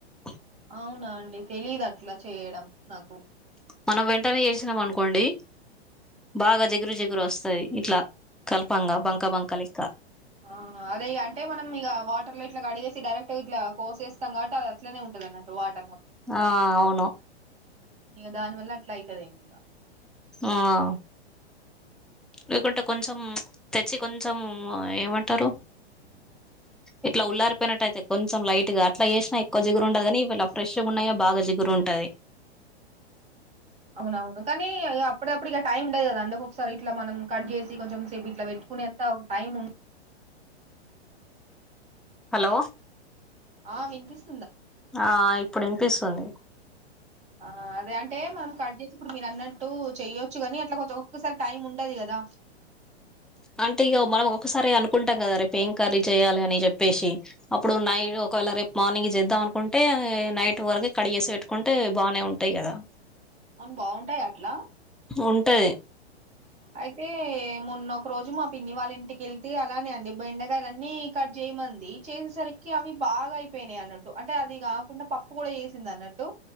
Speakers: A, in the centre; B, on the right.
A: కరు.
B: అవునా అండి తెలీదు అట్లా చేయడం. నాకు
A: మనం వెంటనే చేసినాం అనుకోండి బాగా జిగ్ జిగురు జిగురు వస్తాది ఇట్లా కలపంగా బంక బంక లెక్క.
B: ఆహ్ అదే ఇగ అంటే మనం ఇగ వాటర్ లో ఇట్లా కడిగేసి డైరెక్ట్ ఇట్లా కోసేస్తాం గాబట్టి అది అట్లనే ఉం. To గానట్లు what.
A: ఆహ్ అవును.
B: ఇగ దాని వల్ల అట్లా అయితదేమో ఇగ.
A: ఆహ్ లేకుంటే కొంచెం తెచ్. చీ కొంచెం ఏమంటారు. ఇట్లా ఉల్లారిపోయినట్టైతాయి. కొంచం లైట్ గా అట్లా జేసినా ఎక్కువ జిగురు
B: ఆహా
A: ఉండదుగానీ ఈవాళ ఫ్రెష్ ప్చ్. పచ్చగా ఉన్నాయే బాగా జిగురు ఉంటది.
B: అవును అవును కానీ ఇగ అప్పుడిదప్పుడు ఇక టైం ఉండదు కదా అండి ఒక్కొక్కసారి ఇట్లా మనం కట్ జేసు. ఇది కొంచం సేపు ఇట్లా పెట్టుకునేంత టైం ఉం.
A: హలో.
B: ఆ వినిపిస్
A: ఆ ఇప్పుడు ఇనిపిస్తుంది.
B: ఆ అదే అంటె, మనం కట్ జేసీ ఇప్పుడు మీరు అన్నట్ టు చెయ్యొచ్చు గని అట్ల కొంచం ఒక్కొక్కసారి టైం ఉండది కద
A: అంటే ఇగ మనం ఒక్కొక్కసారి అనుకుంటం కద, రేపేం కర్రీ చేయ్యాలి అని చెప్పేసి, అప్పుడు నైట్ ఒక ఒకవేళ రేపు మార్నింగ్ చేద్దాం అనుకుంటే, నైట్ వరకు కడిగేసి వెట్టుకుంటే బానే ఉంటయి గదా.
B: అవును బాగుంటయ అట్ల
A: ఉంటది
B: అయితే మొన్నొ ఒక రోజు మా పిన్ని వాళ్ళ ఇంటికెళ్తే అలానే అండి బెండకాయలన్ని కట్ జేయమంది చేసేసరికి అవి బాగ అయిపోయినాయి అన్నట్టు అంటె అది కాకుండ పప్పు కూడ చేసింది అన్నట్టు